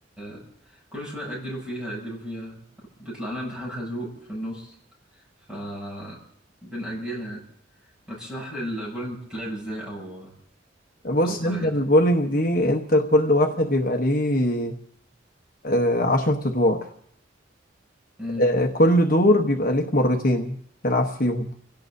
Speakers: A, in the centre; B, on the left.
A: ي- كل شويه اجلوا فيها اجلوا فيها بيطلع لنا امتحان خازوق في النص ف بنأجلها ما تشرح لي البولينج بتتلعب ازاي او
B: بص
A: او طريقة
B: أنت البولينج دي أنت كل واحد بيبقى ليه آه، عشرة أدوار
A: مم.
B: آه، كل دور بيبقى ليك مرتين تلعب فيهم